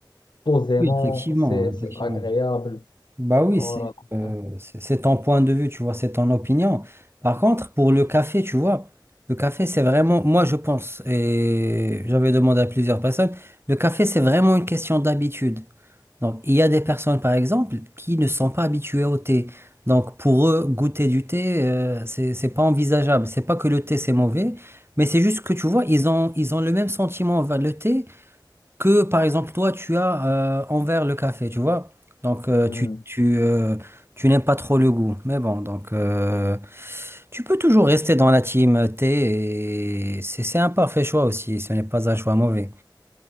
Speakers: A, on the left (about 65°); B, on the right (about 30°).
A: posément,
B: Oui, effectivement,
A: c'est c'est
B: effectivement.
A: agréable.
B: Bah oui,
A: Voilà,
B: c'est
A: donc,
B: euh, c'est c'est ton point de vue, tu vois, c'est ton opinion. Par contre, pour le café, tu vois, le café, c'est vraiment, moi, je pense, et j'avais demandé à plusieurs personnes, le café, c'est vraiment une question d'habitude. Donc, il y a des personnes, par exemple, qui ne sont pas habituées au thé. Donc, pour eux, goûter du thé, euh, c'est, c'est pas envisageable. C'est pas que le thé, c'est mauvais, mais c'est juste que, tu vois, ils ont, ils ont le même sentiment envers le thé que, par exemple, toi, tu as euh, envers le café, tu vois. Donc, euh, tu,
A: euh, hmm,
B: tu, euh, tu n'aimes pas trop le goût. Mais bon, donc, euh, tu peux toujours rester dans la team thé et c'est c'est un parfait choix aussi. Ce n'est pas un choix mauvais.